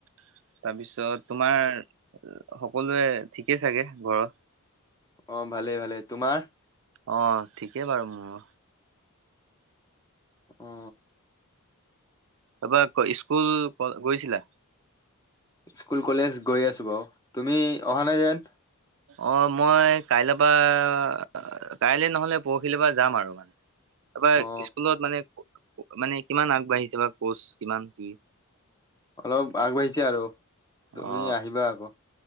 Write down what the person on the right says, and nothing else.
তাৰপিছত তোমাৰ সকলোৱে ঠিকে চাগে ঘৰৰ?
অ ঠিকেই বাৰু মোৰো।
তাৰপৰা স্কুল গৈছিলা?
অ মই কাইলৈ পৰা কাইলৈ নহলে পৰখিলিৰ পৰা যাম আৰু মানে তাৰপৰা
স্কুলত মানে মানে কিমান আগবাঢ়িছে বা কচ কিমান কি?
অ